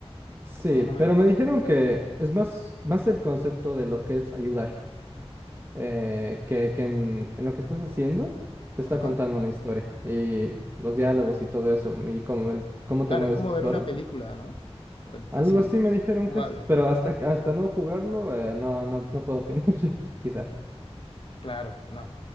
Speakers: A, on the right (about 20°); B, on the left (about 55°).
A: Sí,
B: Más
A: pero
B: o menos.
A: me dijeron que es más, más el concepto de lo que es ayudar, eh, que, que en, en lo que estás haciendo te está
B: Ajá.
A: contando una historia y los diálogos y todo eso, y cómo, el- cómo
B: Claro,
A: te mueves,
B: es como
A: exploras.
B: ver una película, ¿no? Pra-
A: Algo
B: Así
A: así me dijeron
B: jugable.
A: que es, pero hasta, que- hasta no jugarlo, eh, no, no, no puedo opinar, <laughs> quizá.
B: Claro, no.